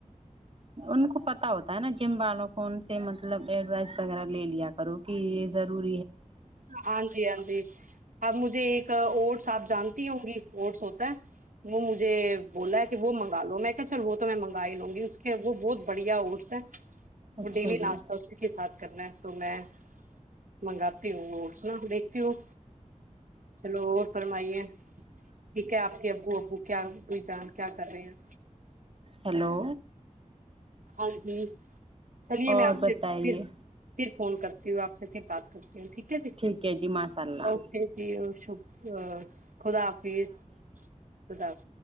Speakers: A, on the right; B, on the right.
A: ان کو پتا ہوتا ہے نا جم والوں کو ان سے مطلب ایڈوائس وغیرہ لے لیا کرو کہ یہ ضور
B: ہاں جی ہاں جی اب مجھے ا اوٹس آپ جانتی ہوں گی اوٹس ہوتا ہے وہ مجھے بولا ہے کہ وہ منگا لو میں کہ چل وہ تو میں منگا ہی لوں گی اس کے وہ بہت بڑھیا اوٹس ہے وہ
A: اچھا
B: ڈیلی
A: جی
B: لاس تھا اسی کے ساتھ کرنا تو میں منگاتا یکتی ہ ن دیکھتی ہوں چلو اور فرمائیے ٹھیک ہے آپ کے ابو ابو کیا کوئی جان کیا کر رہے ہیں
A: ہلو
B: ہاں جی چلیے
A: اور
B: میں آپ
A: بتائیے
B: سے صرف صرف فون کرتی ہوں آپ سے پھر بات کرتی ہوں ٹھیک ہے جی
A: ٹھیک ہے جی ماشاء اللہ
B: اوکے جی ا خب ا خدا حافظ خداظ